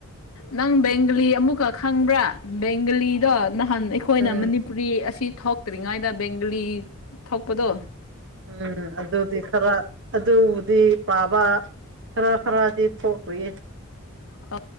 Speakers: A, on the left; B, on the right.
A: ꯅꯪ ꯕꯦꯡꯒꯂꯤ ꯑꯃꯨꯛꯈꯛ ꯈꯪꯕ꯭ꯔꯥ ꯦꯡꯂꯤꯗꯣ ꯅꯍꯥꯟ ꯑꯩꯈꯣꯏꯅ
B: ꯎꯝ
A: ꯃꯅꯤꯄꯨꯔꯤ ꯑꯁꯤ ꯊꯣꯛꯇ꯭ꯔꯤꯉꯥꯏꯗ ꯕꯦꯡꯒꯂꯤ ꯊ ꯊꯣꯛꯣꯛꯄꯗꯣ
B: ꯎꯝ ꯑꯗꯨꯗꯤ ꯈꯔ ꯑꯗꯨꯗꯤ ꯄꯥꯕ ꯍꯔ ꯈꯔꯗꯤ ꯊꯣꯛꯒꯔꯤꯌꯦ
A: ꯑ